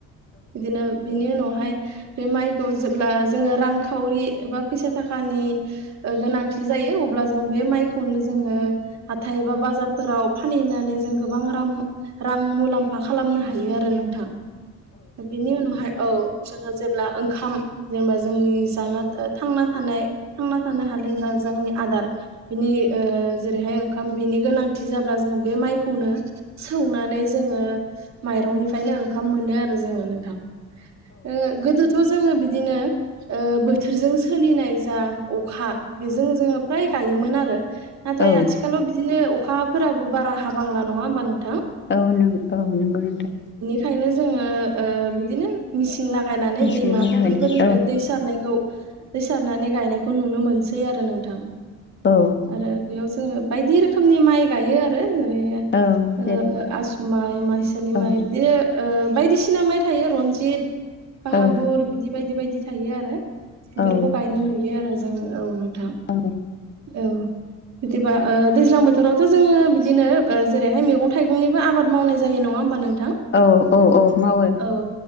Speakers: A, on the right (about 60°); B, on the left (about 35°).
A: बिदिनो बिनि उनावहाय बे माइखौ जेब्ला जोङो रांखावरि एबा फैसा थाखानि गोनांथि जायो अब्ला जों बे माइखौनो जोङो हाथाय एबा बाजारफोराव फानहैनानै जों गोबां रां मुलाम्फा खालामनो हायो आरो नोंथां बेनि उनावहाय औ जोङो जेब्ला ओंखाम जेनेबा जोंनि जाना ओ थांना थानाय थांना थानो हानाय जा जोंनि आदार बिनि इ ओ जेरैहाय ओंखाम बिनि गोनांथि जाब्ला जोङो बे माइखौनो सौनानै जोङो माइरंनिफ्रायनो ओंखाम मोनो आरो जोङो नोंथां ओ गोदो थ' जोङो बिदिनो ओ बोथोरजों सोलिनाय जा अखा बेजों जोङो फ्राय गायोमोन आरो नाथाय
B: औ
A: आथिखालाव बिदिनो अ- खाफोराबो बारा हाबांला नङा होमबा नों-
B: औ नों औ नोंगौ नोंथां
A: खायनो जोङो ओ बिदिनो मिसिन लागायनानै
B: मेचिन
A: दैमा
B: बाहायनानै
A: फुख्रिफोरनिफ्राय
B: औ
A: दै सारनायखौ दै सारनानै गायनायखौ नुनो मोनसै आरो नोंथां
B: औ
A: आरो बेयाव जोङो बायदि रोखोमनि माइ गायो आरो बैआइ
B: औ
A: ओ
B: जेरै
A: आसु माइ माइसालि
B: औ
A: माइ बिदिनो ओ बायदिसि- सिना माइ थायो रन्जित बाहादुर
B: औ
A: बिदि बायदि बायदि थायो आरो बेफोरखौ
B: औ
A: गायनो नुयो आरो जोंङो औ नों-
B: औ
A: औ बिदिबा ओ दैज्लां बोथोरावथ' जोङो बिदिनो ओ जेरैहाय मैगं थाइगंनिबो आबाद मावनाय जायो नङा होमबा नों-
B: औ औ औ मावो
A: औ